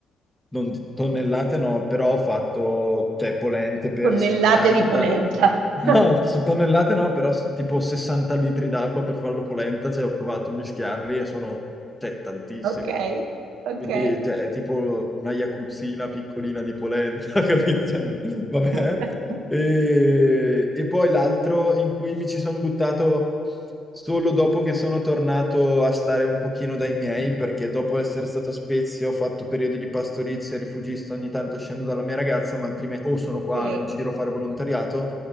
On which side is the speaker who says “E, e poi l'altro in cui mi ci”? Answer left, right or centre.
Centre